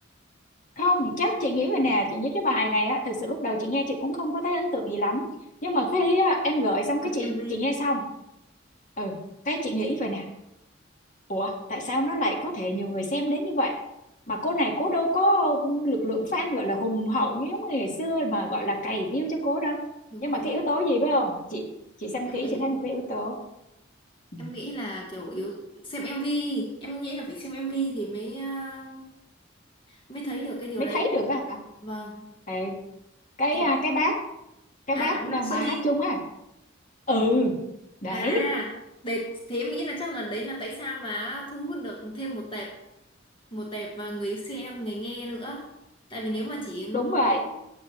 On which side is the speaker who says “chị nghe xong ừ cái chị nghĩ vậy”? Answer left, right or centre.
Left